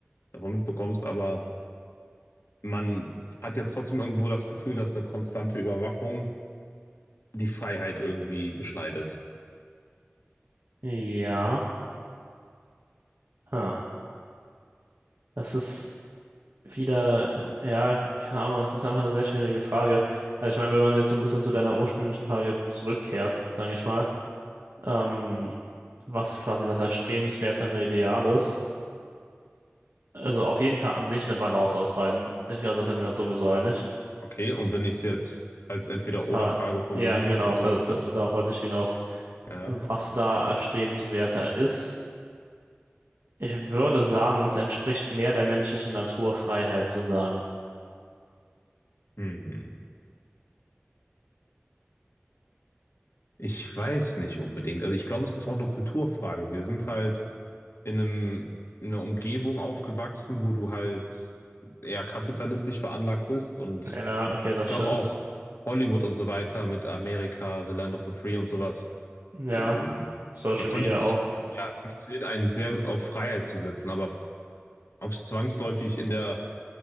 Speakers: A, on the left (about 80°); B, on the right (about 85°).
A: davon mitbekommst, aber man hat ja trotzdem irgendwo das Gefühl, dass eine konstante Überwachung die Freiheit irgendwie beschneidet.
B: ja. Ah, das ist. wieder, äh, ja, keine Ahnung, das ist einfach eine sehr schwierige Frage. Also ich meine, wenn man jetzt so ein bisschen zu deiner ursprünglichen Frage zurückkehrt, sage ich mal, ähm, was quasi das erstrebenswertere Ideal ist, also auf jeden Fall an sich eine Balance aus beiden. Ich glaube, das sind wir uns sowieso einig.
A: Okay, und wenn ich es jetzt als Entweder-Oder-Frage
B: Aber
A: formuliere
B: ja, genau,
A: und
B: da,
A: du,
B: das,
A: wenn ich,
B: darauf wollte ich hinaus.
A: ja,
B: Was da erstrebenswerter ist, ich würde sagen, es entspricht mehr der menschlichen Natur, Freiheit zu sagen.
A: hm, ich weiß nicht unbedingt. Also ich glaube, es ist auch eine Kulturfrage. Wir sind halt in einem, in einer Umgebung aufgewachsen, wo du halt eher kapitalistisch veranlagt bist und
B: Ja, okay, das
A: glaube
B: stimmt.
A: auch Hollywood und so weiter mit Amerika, The Land of the Free und sowas,
B: Ja,
A: äh,
B: Social
A: ja, kondiz
B: Media auch.
A: ja, konditioniert einen sehr auf Freiheit zu setzen. Aber ob es zwangsläufig in der